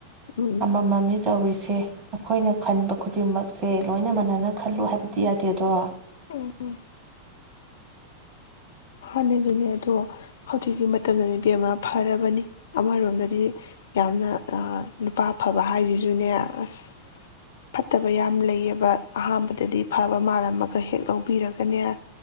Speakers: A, on the left (about 60°); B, on the right (about 30°).
A: ꯎꯝ
B: ꯑꯃꯃꯝꯅꯤ ꯇꯧꯔꯤꯁꯦ꯫ ꯑꯩꯈꯣꯏꯅ ꯈꯟꯕ ꯈꯨꯗꯤꯡꯃꯛꯁꯦ ꯂꯣꯏꯅ ꯃꯥꯟꯅꯅ ꯈꯜꯂꯨ ꯍꯥꯏꯕꯗꯤ ꯌꯥꯗꯦꯗꯣ꯫
A: ꯎꯝ ꯃꯥꯅꯦ ꯑꯗꯨꯅꯦ ꯑꯗꯣ ꯍꯧꯖꯤꯛꯀꯤ ꯃꯇꯝꯗꯗꯤ ꯏꯕꯦꯝꯃ ꯐꯔꯕꯅꯤ ꯑꯃꯔꯣꯝꯗꯗꯤ ꯌꯥꯝꯅ ꯑꯥ ꯅꯨꯄꯥ ꯑꯐꯕ ꯍꯥꯏꯁꯤꯁꯨꯅꯦ ꯑꯁ ꯐꯠꯇꯕ ꯌꯥꯝ ꯂꯩꯌꯦꯕ ꯑꯍꯥꯥꯟꯕꯗꯗꯤ ꯐꯕ ꯃꯥꯜꯂꯝꯃꯒ ꯍꯦꯛ ꯂꯧꯕꯤꯔꯒꯅꯦ